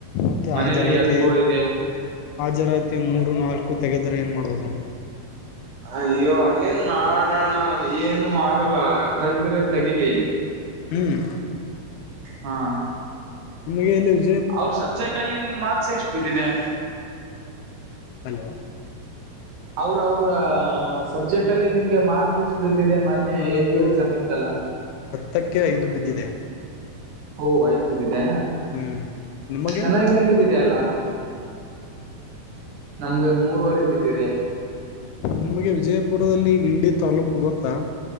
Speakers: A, on the left (about 85°); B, on the right (about 65°).
A: ಮತ್ತೆ
B: ಮನೇಲಿ
A: ಹಾಜರಾತಿ
B: ಎತ್ತುಗೋಳ ಇದೆ
A: ಹಾಜರಾತಿ ಮೂರು ನಾಲ್ಕು ತೆಗೆದರೆ ಏನು ಮಾಡೋದು
B: ಅ ಅಯ್ಯೋ ಅಲ್ಲಿನ್ ಮಾಡೋಣ ಏನು ಆಗಲ್ಲ ತಗೆಂದ್ರ ತೆಗಿಲಿ
A: ಹ್ಮ್
B: ಹಾ
A: ನಿಮಗೆ ಎಲ್ಲಿ <unintelligible> ಜ
B: ಅವ್ರ ಸಬ್ಜೆಕ್ಟ್ ಅಲ್ಲಿ ನಿನ್ ಮಾರ್ಕ್ಸ್ ಎಷ್ಟು ಬಿದ್ದಿದೆ
A: ಹಲೋ
B: ಅವ್ರ ಅವ್ರ ಸಬ್ಜೆಕ್ಟ್ ಅಲ್ಲಿ ನಿಮ್ಗೆ ಮಾರ್ಕ್ಸ್ ಎಷ್ಟ ಬಿದ್ದಿದೆ ಮೊನ್ನೆ
A: ನನಗೂ
B: ಎಕ್ಸಾಮ್ ಇತ್ತಲ್ಲಾ
A: ಹತ್ತಕ್ಕೆ ಐದು ಬಿದ್ದಿದೆ
B: ಓಹ ಐದ್ ಬಿದ್ದಿದೆ
A: ಹ್ಮ್ ನಿಮಗೆ
B: ಚೆನ್ನಾಗಿ ನೆ ಬಿದ್ದಿದೆ ಅಲ್ಲಾ ನಮ್ಗೆ ಮೂರ್ವರೆ ಬಿದ್ದಿದೆ
A: ನಿಮ್ಗೆ ವಿಜಯಪುರದಲ್ಲಿ ಇಂಡಿ ತಾಲ್ಲೂಕು ಗೊತ್ತಾ